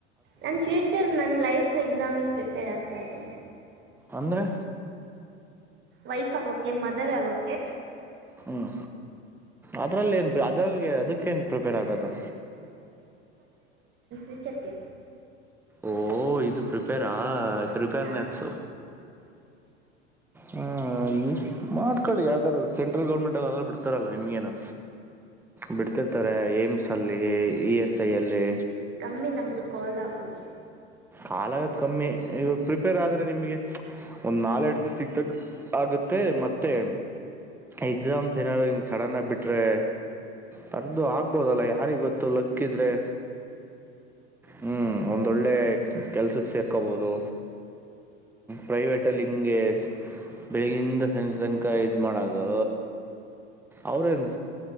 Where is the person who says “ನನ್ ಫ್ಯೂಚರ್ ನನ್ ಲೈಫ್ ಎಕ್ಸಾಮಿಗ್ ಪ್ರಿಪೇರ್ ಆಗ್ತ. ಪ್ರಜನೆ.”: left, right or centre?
Right